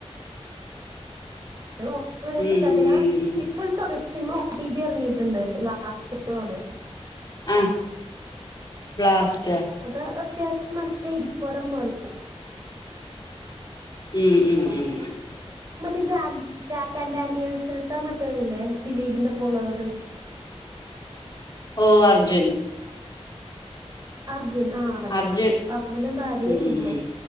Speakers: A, on the right; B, on the left.
A: നോക്കന്ന് വിചാരിച്ച
B: ഉം
A: പിന്നെ
B: ഉം
A: ഇപ്പോഴ ത സിനിമ ഒടിറ്റി ഇറങ്ങിയിട്ടുണ്ട് ബ്ലാസ്റ്റ് എന്ന് പറയാ
B: ആ ബ്ലാസ്
A: അത അത്യാവശ്യം നല്ല ഇടിപടം പോലത്ത
B: ഉം ഉം ഉം
A: മ ജ ജാക്ക് ആൻഡാനിയൽസൽത്താ മറ്റവരല്ലേ ദിലീപിന്റെ ഒപ്പ ഉള്ളത്
B: ഓ അർജുൻ
A: അർജുൻ ആ അവന്റെ
B: അർജുൻ
A: അവനും ഭാര്യയും
B: ഉം
A: മോളും